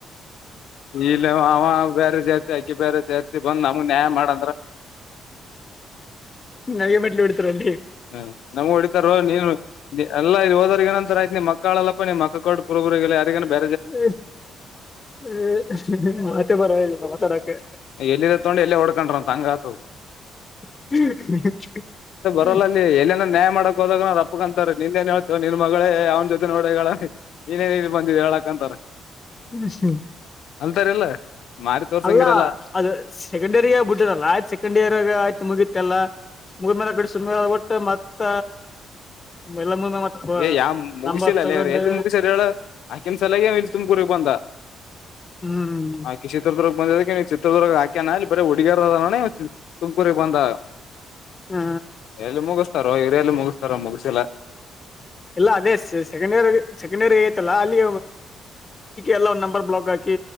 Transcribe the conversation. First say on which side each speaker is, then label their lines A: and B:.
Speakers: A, on the left; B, on the left.
A: ಇಲ್ಲ ಅವ ಬೇರೆ ಜಾತಿ ಆಾಕಿ ಬೇರೆ ಜಾತಿ ಬಂದ್ ನಮಗ್ ನ್ಯಾಯ ಮಾಡಂದ್ರ
B: ನನಗೆ ಮೆಟ್ಲು ಬಿಡ್ತರಲ್ಲಿ
A: ಹ್ಮ ನಮ್ ಹೊಡಿತಾರ ನೀ ಎಲ್ಲ ಇಲ್ಲಿ ಹೋದೋ ಏನಂತಾರ ಆಯ್ತ ನಿ ಮಕ್ಕಾಳಲ್ಲಪ್ಪ ನೀ ಮಕ್ಕ ಕ ಕುರು <inaudible>
B: ಹ ಹ ಮತ್ತೆ ಬರ ಮಾತಾಡಕ್ಕೆ
A: ಎಲ್ಲಿರ ತೊಂಡ್ ಎಲ್ಲೇ ಹೊಡ್ಕೊಂಡ್ರಂತ ಹಂಗಾತ
B: ಹ್ಮ್
A: ಲ್ಲ ಅಲ್ಲಿ ಎಲ್ಲನ ನ್ಯಾಯ ಮಾಡಕ್ ಹೊದಾಗ ಅವ್ರಪ್ಪಕ್ಕಕಂತಾರೆ ನಿಂದ ಏನ್ ಹೇಳ್ತ್ಯೂ ನಿನ್ ಮಗಳೇ ಯಾವನ್ ಜೊತೆನೊ ಒಡಗಳ ಏನೇನ್ ಬಂದಿದೆ ಹೇಳಕ್ಂತಾರ
B: ಹ್ಮ್ ಹ್ಮ್
A: ಅಂತಾರಿಲ್ಲ. ಮಾರಿ ತೋರ್ಸಂಗಿರಲ್ಲ
B: ಅಲ್ಲ ಅದು ಸೆಕೆಂಡ್ ಇಯರ್ ಆ ಬಿಟ್ಟಿರಲ್ಲ ಆಯ್ತು ಸೆಕೆಂಡ್ ಇಯರ್ಗ ಆಯ್ತು ಮುಗಿತ್ ಎಲ್ಲಾ. ಮುಗದ್ ಮೇಲೆ ಬಿಡ್ ಸುಮ್ನೆ ಅಗಬಿಟ್ಟೆ ಮತ್ತ ಎಲ್ಲ ಮುಗಿದ ಮತ್ತ
A: ಏ ಯಾವ್ ಮುಗಸಿಲ್ಲಲ್ಲೇ
B: ನಂಬರ್ ತಗೊಂಡು
A: ಅವ್ರು ಎಲ್ಲಿ ಮುಗಸ್ರ ಹೇಳ ಆಕಿನ್ ಸಲಗೆ ಇಲ್ಲಿ ತುಮಕೂರಿಗ್ ಬಂದ.
B: ಹ್ಮ್
A: ಆಕಿ ಚಿತ್ರದುರ್ಗ ಬಂದಿದುಕೆ ಚಿತ್ರದುರ್ಗ ಹಾಗ ಕೆನಲಿ ಬರ ಹುಡ್ಗೆರ್ ಅದ ತುಮಕೂರಿಗ್ ಬಂದ.
B: ಹ
A: ಎಲ್ಲಿ ಮುಗಿಸ್ತಾರೋ ಇವ್ರಯಲ್ಲಿ ಮುಗಿಸ್ತಾರೋ ಮುಗಸಿಲ್ಲ.
B: ಇಲ್ಲ ಅದೇ ಸೆಕೆಂಡ್ ಇಯರ್ ಸೆಕೆಂಡ್ ಇಯರ್ ತಲ್ಲ ಅಲ್ಲಿ ಎಲ್ಲ <unintelligible> ಬ್ಲಾಕ್ ಹಾಕಿ